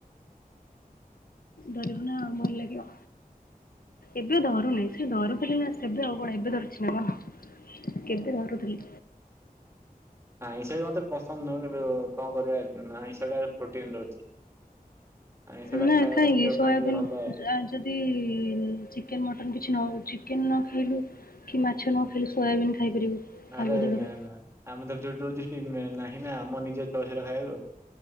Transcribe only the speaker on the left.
ଧରିବୁ ନା ଭଲ ଲାଗିବ ଏବେ ଧରୁନାହିଁ। ସେ ଧରୁଥିଲେ ନା ସେବେ ଆଉ କଣ ଏବେ ଧରୁଛି ନା କଣ କେବେ ଧରୁଥିଲି।
ନା
କାହିଁକି
ସୋୟାବନ୍
ଯଦି ଚିକେନ୍ ମଟନ୍ କିଛି ନ ଚିକେନ୍ ନ ଖାଇଲୁ କି ମାଛ ନ ଖାଲି ସୋୟାବିନ୍ ଖାଇପାରିବୁ। ତା
ବଦଳରେ।